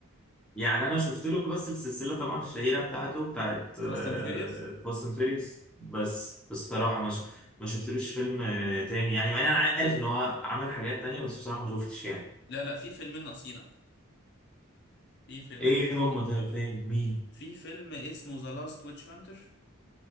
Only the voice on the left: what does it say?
فاست اند فيوريوس
لا لا في فيلمين ناقصينك في فيلمين
ناقصينك.
في فيلم اسمه ذا لاست ويتش هانتر